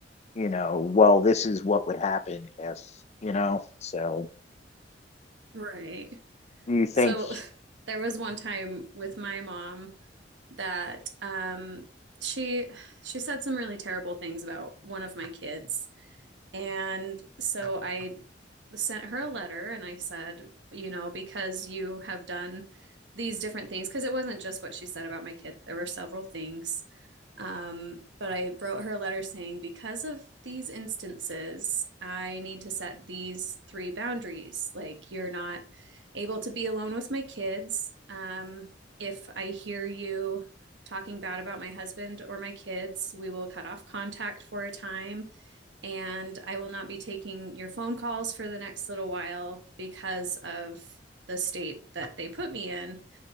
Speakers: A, on the left; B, on the right.
A: You know, well, this is what would happen if you know. So,
B: Right.
A: do you think?
B: So <laughs> there was one time with my mom that um, she she said some really terrible things about one of my kids and so <laughs> I sent her a letter and I said, you know, because you have done these different things, because it wasn't just what she said about my kid, there were several things. Um, but I wrote her a letter saying, because of these instances, I need to set these three boundaries. Like, you're not able to be alone with my kids. Um, if I hear you talking bad about my husband or my kids, we will cut off contact for a time. And I will not be taking your phone calls for the next little while because of the state that they put me in.